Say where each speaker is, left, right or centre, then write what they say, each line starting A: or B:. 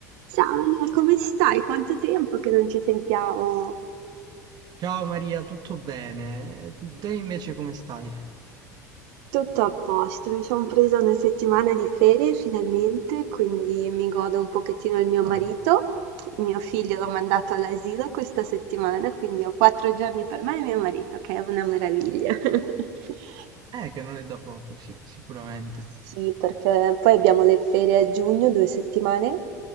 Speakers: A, on the right; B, on the right.
A: Ciao Elia, come stai? Quanto tempo che non ci sentiamo?
B: Ciao Maria, tutto bene? Te invece come stai?
A: Tutto a posto, mi sono presa una settimana di ferie finalmente, quindi mi godo un pochettino il mio
B: Ah,
A: marito. Mio figlio l'ho mandato all'asilo questa settimana, quindi ho quattro giorni per me e mio marito, che è una meraviglia. <laughs>
B: eh, che non è da poco, sì, sicuramente.
A: Sì, perché poi abbiamo le ferie a giugno, due settimane,